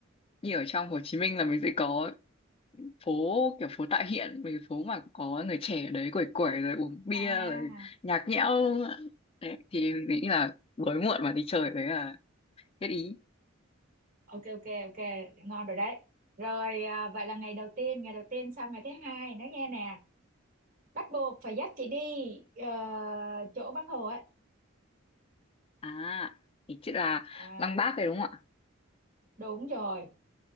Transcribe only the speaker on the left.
như ở trong Hồ Chí Minh là mình sẽ có phố kiểu phố tại hiện mấy cái phố mà có người trẻ ở đấy quẩy quẩy rồi uống bia
rồi nhạc nhẽo luôn ạ. đấy, thì mình nghĩ là tối muộn mà đi chơi đấy là hết ý
à thì chứ là
Lăng Bác đấy đúng không ạ